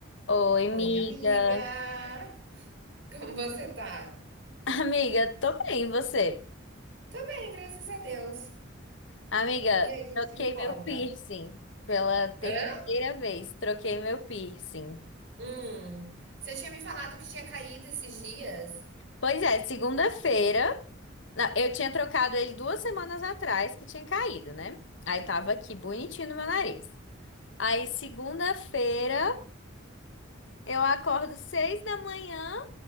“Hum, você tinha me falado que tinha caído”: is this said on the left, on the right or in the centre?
Right